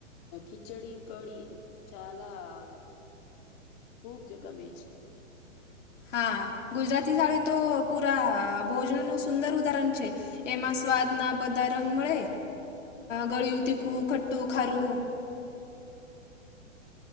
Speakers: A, on the left; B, on the left.
A: ખીચડી, કળી ચાલા ખુબ જ ગમે છે.
B: હા ગુજરાતી થાળી તો પુરા ભોજન નું સુંદર ઉદાહરણ છે. એમાં સ્વાદ ના બધા રંગ મળે ગળિયું, તીખું, ખટ્ટું, ખારું.